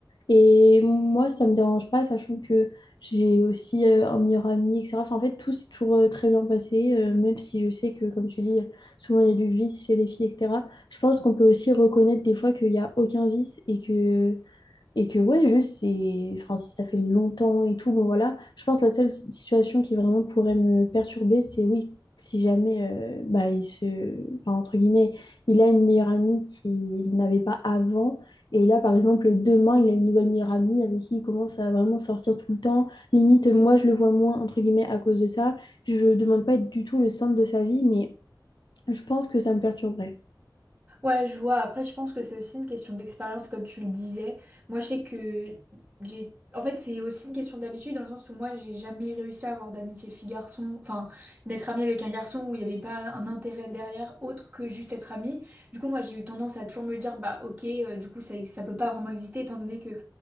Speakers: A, on the left; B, on the right.
A: Et moi, ça me dérange pas, sachant que j'ai aussi euh, un meilleur ami, etc. Enfin, en fait, tout s'est toujours euh, très bien passé, euh, même si je sais que, comme tu dis, souvent il y a du vice chez les filles, etc. Je pense qu'on peut aussi reconnaître des fois qu'il n'y a aucun vice et que et que ouais, juste, c'est... Enfin, si ça fait longtemps et tout, bon voilà. Je pense que la seule situation qui vraiment pourrait me perturber, c'est oui, si jamais, euh, bah, il se... Enfin, entre guillemets, il a une meilleure amie qu'il n'avait pas avant. Et là, par exemple, demain, il a une nouvelle meilleure amie avec qui il commence à vraiment sortir tout le temps. Limite, moi, je le vois moins, entre guillemets, à cause de ça. Je demande pas être du tout le centre de sa vie, mais je pense que ça me perturberait.
B: Ouais, je vois. Après, je pense que c'est aussi une question d'expérience, comme tu le disais. Moi, je sais que j'ai. En fait, c'est aussi une question d'habitude, dans le sens où moi, j'ai jamais réussi à avoir d'amitié fille-garçon, enfin, d'être amie avec un garçon où il n'y avait pas un intérêt derrière autre que juste être amie. Du coup, moi, j'ai eu tendance à toujours me dire, bah, ok, euh, du coup, ça, ça peut pas vraiment exister, étant donné que